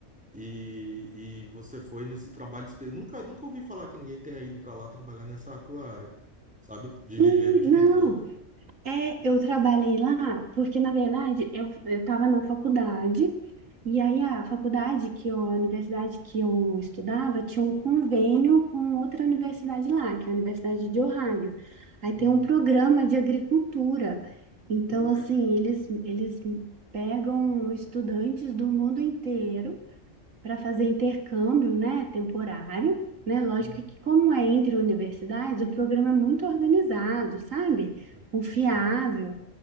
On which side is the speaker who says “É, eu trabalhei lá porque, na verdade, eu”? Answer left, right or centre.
Right